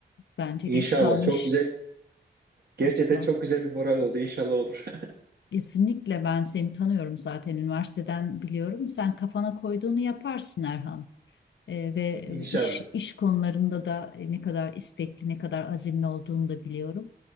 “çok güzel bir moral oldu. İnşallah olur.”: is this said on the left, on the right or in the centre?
Right